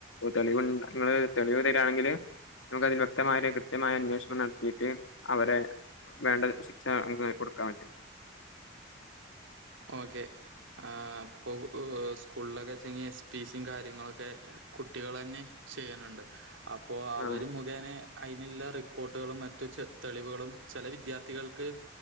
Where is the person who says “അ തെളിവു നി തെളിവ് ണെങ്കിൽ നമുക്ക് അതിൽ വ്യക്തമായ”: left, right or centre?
Left